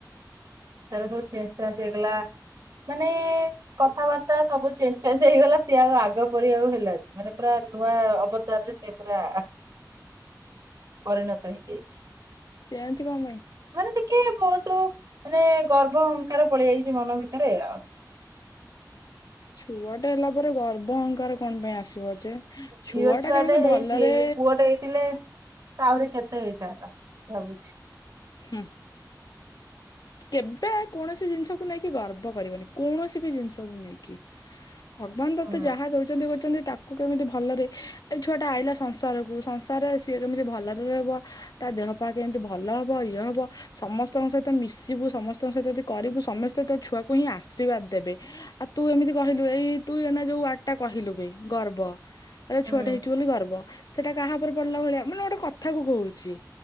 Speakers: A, on the right (about 60°); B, on the left (about 60°).
A: ତାର ସବୁ ଚେଞ୍ଜ ଚାଞ୍ଜ ହେଇଗଲା ମାନେ କଥାବାର୍ତ୍ତା ସବୁ ଚେଞ୍ଜ ଚାଞ୍ଜ ହେଇଗଲା। ସିଏ ଆଉ ଆଗ ପରି ଆଉ ହେଲାାନି ମାନେ ପୁରା ନୂଆ ଅବ ତଦେହରେ ସେପରା ପରିଣତ ହେଇଯାଇଛି।
B: ଚେଞ୍ଜ କଣ ପାଇଁ
A: ମାନେ ଟିକେ ବହୁତ ମାନେ ଗର୍ଭ ଅହଙ୍କାର ପଳ ଯାଇଛି ମନ ଭିତରେ ଆଉ।
B: ଛୁଆଟା ହେଲା ପରେ ଗର୍ବ ଅହଙ୍କାର କଣ ପାଇଁ ଆସିବ ଯେ?
A: ଝିଅ
B: ଛୁଆ
A: ଛୁଆଟେ
B: ଟା କେମିତି
A: ହେଇଛି
B: ଭଲରେ
A: ପୁଅଟେ ହେଇଥିଲେ? ତ ଆହୁରି କେତେ ହେଇଥାନ୍ତା ଭାବୁଛି?
B: ହୁଁ। କେବେ କୌଣସି ଜିନିଷକୁ ନେଇକି ଗର୍ବ କରିବନି କୌଣସି ବି ଜିନିଷକୁ ନେଇକି। ଭଗବାନ ତୋତେ
A: ହୁଁ।
B: ଯାହା ଦଉଛନ୍ତି କହୁଛନ୍ତି ତାକୁ କୁ କେମିତି ଭଲରେ ଏଇ ଛୁଆ ଟା ଆଇଲା ସଂସାର କୁ ସଂସାରରେ ସିଏ କେମିତି ଭଲରେ ରହିବ? ତା ଦେହ ପାହା କେମିତି ଭଲ ହବ ଇଏ ହବ ସମସ୍ତଙ୍କ ସହିତ ମିଶିବୁ ସମସ୍ତଙ୍କ ସହିତ ଯଦି କରିବୁ ସମସ୍ତେ ତ ଛୁଆକୁ ହିଁ ଆଶୀର୍ବାଦ ଦେବେ। ଆଉ ତୁ ଏମିତି କହିଲୁ ଏଇ ତୁ ଏନା ଯୋଉ ୱାଡଟା କହିଲୁ ବେ ଗର୍ବ ଏ
A: ହୁଁ
B: ଛୁଆଟା ହେଇଛି ବୋଲି ଗର୍ବ। ସେଟା କାହା ଉପରେ ପଡିଲା ଭଳିଆ ମାନେ ଗୋଟେ କଥା କ କହୁଛି